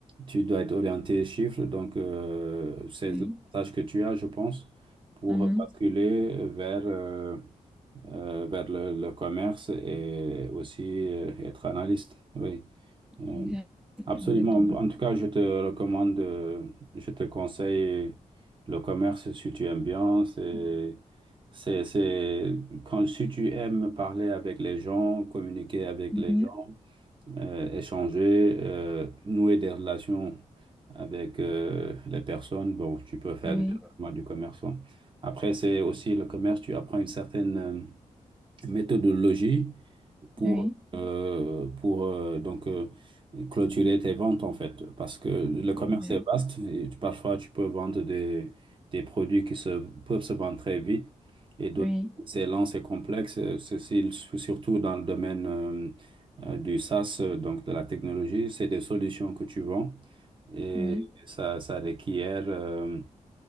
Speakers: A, on the right; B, in the centre.
A: Tu dois être orienté chiffres, donc euh, c'est
B: oui.
A: l'avantage que tu as, je pense, pour
B: Mhm.
A: basculer vers, euh, euh, vers le, le commerce et aussi euh, être analyste. Oui, Euh,
B: Exact, exactement.
A: absolument. En tout cas, je te recommande, euh, je te conseille le commerce si tu aimes bien. C'est, c'est, c'est, quand, si tu aimes parler avec les gens, communiquer avec
B: Mhm.
A: les gens euh, échanger, euh, nouer des relations avec euh, les personnes. Bon, tu peux faire
B: Oui,
A: directement du commerçant. Après, c'est aussi le commerce, tu apprends une certaine euh, méthodologie pour,
B: oui,
A: euh, pour euh, donc, euh, clôturer tes ventes, en fait. Parce que le commerce
B: exact.
A: est vaste et tu- parfois tu peux vendre des, des produits qui se, peuvent se vendre très vite et d'autres,
B: Oui,
A: c'est lent, c'est complexe. Euh, Ceci, surtout dans le domaine euh, euh, du SaaS, euh, donc de la technologie, c'est des solutions que tu vends et
B: oui.
A: ça, ça requiert. euh,